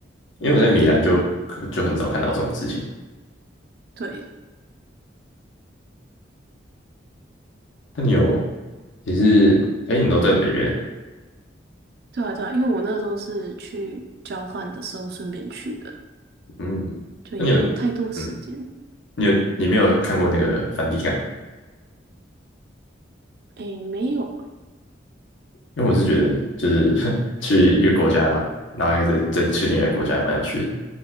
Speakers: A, on the left; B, on the right.
A: 因为我在米兰就就很少看到这种事情。
B: 对，
A: 那你有，你是，哎，你都在北边呢，
B: 对啊，对啊，因为我那时候是去交换的时候顺便去的，
A: 嗯，
B: 就也没有太多时间。
A: 那你有，嗯，你有，你没有看过那个梵蒂冈？
B: 诶，没有诶，
A: 因为我是觉得，就是 <laughs> 去一个国家然然后又再再去另外一个国家，也蛮有趣的。